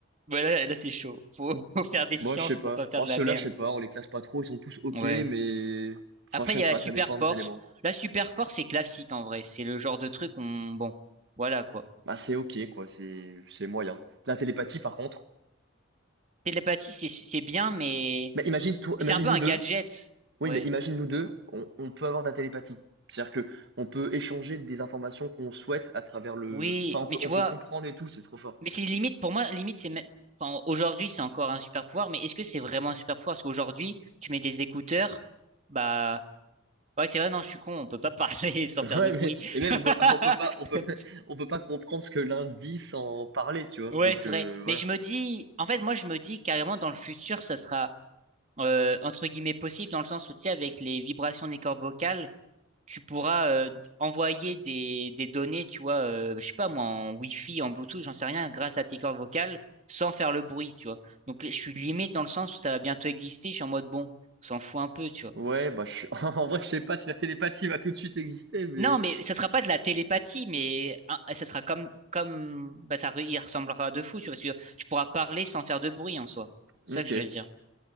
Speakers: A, on the right; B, on the right.
A: voilà là, là, c'est chaud. Faut, <laughs> faut faire des sciences
B: Moi, je sais
A: pour
B: pas.
A: pas faire
B: En
A: de
B: ceux-là,
A: la merde.
B: je sais pas, on les classe pas trop, ils sont tous OK,
A: Ouais.
B: mais. Enfin,
A: Après,
B: je
A: il
B: sais
A: y
B: pas,
A: a la super
B: ça dépend
A: force.
B: des éléments.
A: La super force, c'est classique en vrai. C'est le genre de truc on, bon, voilà quoi.
B: Bah, c'est OK, quoi, c'est c'est moyen. La télépathie, par contre.
A: Télépathie, c'est c'est bien, mais
B: Mais imagine, toi,
A: mais
B: imagine
A: c'est un peu
B: nous
A: un
B: deux.
A: gadget.
B: Oui,
A: Ouais.
B: mais imagine nous deux, on, on peut avoir de la télépathie. C'est-à-dire que on peut échanger des informations qu'on souhaite à travers le.
A: Oui,
B: Enfin, on peut,
A: mais tu
B: on
A: vois,
B: peut comprendre et tout, c'est trop fort.
A: mais c'est limite pour moi, limite c'est même. Enfin, aujourd'hui, c'est encore un super pouvoir, mais est-ce que c'est vraiment un super pouvoir? Parce qu'aujourd'hui, tu mets des écouteurs, bah, ouais, c'est vrai, non, je suis con, on peut pas parler <laughs> sans
B: <laughs>
A: faire
B: Ouais,
A: de bruit.
B: mais et même
A: <laughs>
B: on peut, on peut pas, on peut, pas- on peut pas comprendre ce que l'un dit sans parler, tu vois.
A: Ouais,
B: Donc
A: c'est
B: euh,
A: vrai.
B: voilà.
A: Mais je me dis, en fait, moi, je me dis carrément dans le futur, ça sera euh, entre guillemets possible dans le sens où, tu sais, avec les vibrations des cordes vocales, tu pourras euh, d- envoyer des, des données, tu vois, euh, je sais pas moi, en Wi-Fi, en Bluetooth, j'en sais rien, grâce à tes cordes vocales, sans faire le bruit, tu vois. Donc, je suis limite dans le sens où ça va bientôt exister. Je suis en mode bon, on s'en fout un peu, tu vois.
B: Ouais, bah je- <laughs> en vrai, je sais pas si la télépathie va tout de suite exister, mais
A: Non, mais ça sera pas de la télépathie, mais hein, ça sera comme, comme, bah, ça, re- il ressemblera de fou, tu vois, parce que tu pourras parler sans faire de bruit en soi. C'est
B: ok.
A: ça que je veux dire.